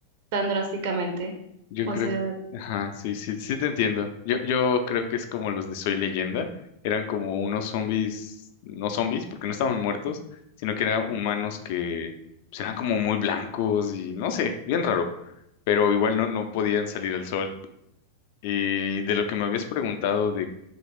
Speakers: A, on the right; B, on the left.
A: tan drásticamente.
B: Yo
A: O
B: creo,
A: sea,
B: ajá, sí, sí, sí te entiendo. Yo, yo creo que es como los de Soy Leyenda. Eran como unos zombies, no zombies, porque no estaban muertos, sino que eran humanos que pues, eran como muy blancos y no sé, bien raro. Pero igual no, no podían salir al sol. Y de lo que me habías preguntado de